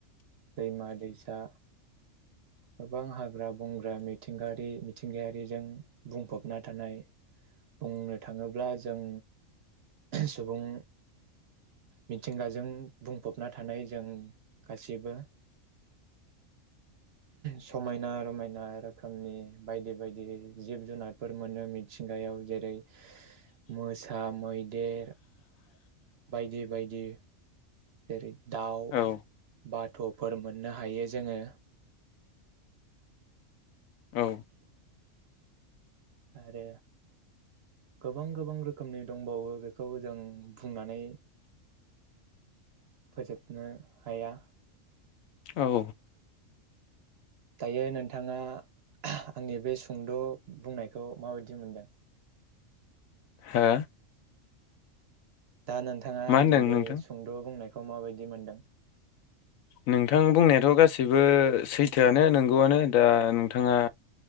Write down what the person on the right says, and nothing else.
दैमा दैसा गोबां हाग्रा बंग्रा मिथिंगायारि मिथिंगायारिजों बुंफबना थानाय बुंनो थाङोब्ला जों सुबुं मिथिंगाजों बुंफबना थानाय जों गा सैबो समायना रमायना रोखोमनि बायदि बायदि जिब जुनारफोर मोनो मिथिंगायाव जेरै मोसा मैदेर बायदि बायदि जेरै दाउ
बाथ'फोर मोननो हायो जोङो
आरो गोबां गोबां रोखोमनि दंबावो बेखौ जों बुंनानै फोजोबनो हाया
दायो नोंथाङा आंनि बे सुंद बुंनायखौ माबायदि मोनदों
दा नोंथाङा
आंनि
बे
सुंद' बुंनाय खौ माबायदि मोनदों